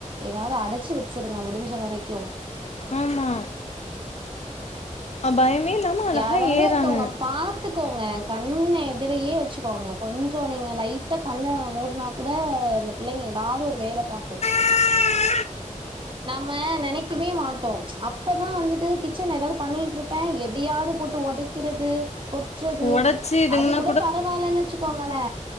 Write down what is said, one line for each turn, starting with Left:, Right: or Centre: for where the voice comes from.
Right: எதாவது அடைச்சி வச்சிருங்க முடிஞ்ச வரைக்கு
Left: ஆமா பயமே இல்லாம அழகா
Right: யாராவது
Left: ஏறாங்க
Right: ஒருத்தவங்க பாத்துக்குங்க கண்ணே திரையே வச்சுக்கோங்க கொஞ்ச நீங்க லைட்டா கண்ண மூடுனா கூட இந்த பிள்ளைங்க ஏதாவது ஒரு வேல பாக்கு
Left: ஆஆ
Right: நம்ம நனைக்கவே மாட் மாட்டோ அப்பதா வந்துட்டு கிச்சன்ல எதாவது பண்ணிட்டு இருப்பே எதையாவது போட்டு உடைக்கிறது கொட்றது
Left: ஒடச்சு இதுங்கன்னா
Right: அது கூட பரவாயில்லன்னு வச்சிக்கோங்களே